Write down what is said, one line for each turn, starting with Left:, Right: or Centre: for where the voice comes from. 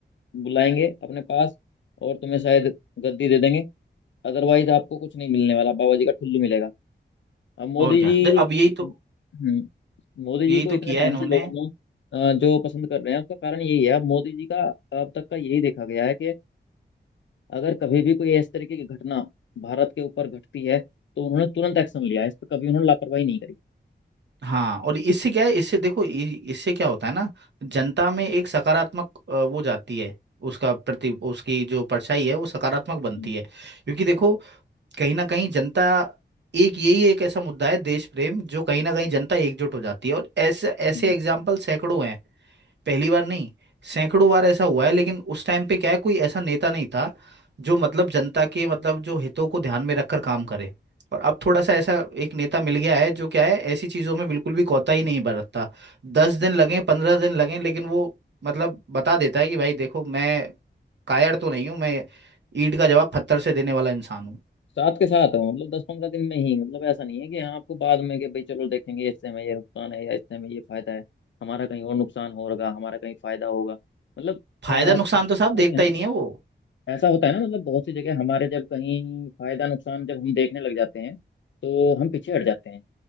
Left: बुलाएंगे अपने पास और तुम्हें शायद गद्दी दे देंगे अदरवाइज आपको कुछ नहीं मिलने वाला बाबा जी का ठुल्लू मिलेगा अब मोदी
Right: और क्या
Left: जी
Right: दे- अब यही तो
Left: हम्म, मोदी
Right: यही
Left: जी को इतने
Right: तो किया
Left: टाइम
Right: है इन्होंने
Left: से लोगों ने अ, जो पसंद कर रहे हैं उसका कारण यही है अब मोदी जी का अब तक का यही देखा गया है कि अगर कभी भी कोई इस तरीके की घटना भारत के ऊपर घटती है तो उन्होंने तुरंत एक्शन लिया है इस पर कभी उन्होंने लापरवाही नहीं करी
Right: हाँ और इससे क्या है इससे देखो इ- इससे क्या होता है ना जनता में एक सकारात्मक अ, वो जाती है उसका प्रति उसकी जो परछाई है वो सकारात्मक बनती
Left: हम्म,
Right: है क्योंकि देखो कहीं ना कहीं जनता एक यही एक ऐसा मुद्दा है देश प्रेम जो कहीं ना कहीं जनता एकजुट हो जाती है और ऐसे ऐसे
Left: हम्म।
Right: एग्जाम्पल सैकड़ों हैं पहली बार नहीं सैकड़ों बार ऐसा हुआ है लेकिन उस टाइम पे क्या है कोई ऐसा नेता नहीं था जो मतलब जनता के मतलब जो हितों को ध्यान में रखकर काम करे और अब थोड़ा सा ऐसा एक नेता मिल गया है जो क्या है ऐसी चीजों में बिल्कुल भी कोताही ही नहीं बरतता दस दिन लगे पंद्रह दिन लगे लेकिन वो मतलब बता देता है कि भाई देखो मैं कायर तो नहीं हूं मैं ईंट का जवाब पत्थर से देने वाला इंसान हूँ
Left: साथ के साथ हो मतलब दस पंद्रह दिन में ही मतलब ऐसा नहीं है कि हाँ आपको बाद में कि भाई चलो देखेंगे इससे हमें ये नुकसान है या इससे हमें ये फायदा है हमारा कहीं और नुकसान होगा हमारा कहीं फायदा होगा मतलब
Right: फायदा
Left: अ,
Right: नुकसान
Left: ऐसा
Right: तो साहब देखता
Left: होता है
Right: ही
Left: ना
Right: नहीं है वो
Left: ऐसा होता है ना मतलब बहुत सी जगह हमारे जब कहीं फायदा नुकसान जब हम देखने लग जाते हैं तो हम पीछे हट जाते हैं